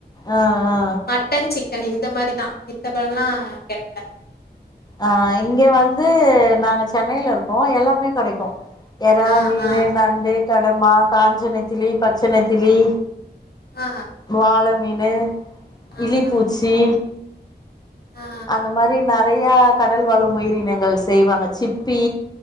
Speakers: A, on the left; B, on the left.
A: ஆ ஆ
B: மட்டன் சிக் இந்த மாரிதா <unintelligible> எல்லா கெடைக்காது
A: அஹ் இங்க வந்து நாங்க சென்னையில இருக்கோ எல்லாமே கெடைக்கு எறா
B: ஆ
A: மீனு
B: ஆ
A: நண்டு கடமா காஞ்ச நெத்திலி பச்ச நெத்திலி
B: ஆ ஆ
A: வாழ மீனு
B: ஆ
A: இலிப்பூச்சி
B: ஆ
A: அந்த மாரி நெறை நெறையா கடல் வாழும் உயிரினங்கள் செய்வாங்க சிப்பி